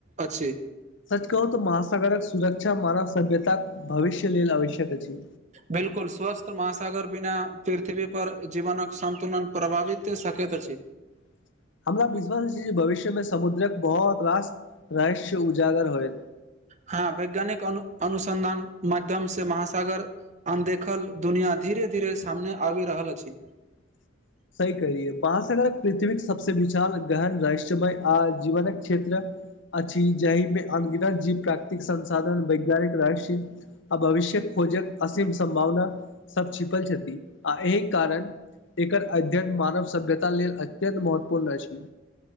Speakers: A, on the right; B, on the left.
A: अछि
B: सच कहू त महासागरक सुरक्षा मानव सभ्यतााक भविष्य लल आवश्यक अछि
A: बिलकुल स्वस्थ महासागर बिना पृथ्वी पर जीवनक संन्तुलन प्रभावित कतैक अछि
B: <inaudible> हमरा विश्वास छै भविष्य मे समुद्रक बहुत रास रहस्य उजागर होए ह
A: हँ वैज्ञानिक अनु अनुसंधान माध्यम से महासागर अनदेखल दुनिया धीरे धीरे सामने आबि रहल अछि
B: <inaudible> सही कहलियै महासगर पृथ्वी सबस विशाल गहन रहस्यमय आ जीवनक क्षेत्र अछि जाहिमे अनगिनत जीव प्राकृतिक संसाधन वैज्ञानिक रहस्य आ भविष्यक खोजक असीम सम्भावना सभ छिपल छथि आ एहि कारण एकर अध्ययन मानव सभ्यता लेल अत्यत महत्वपूर्ण अछि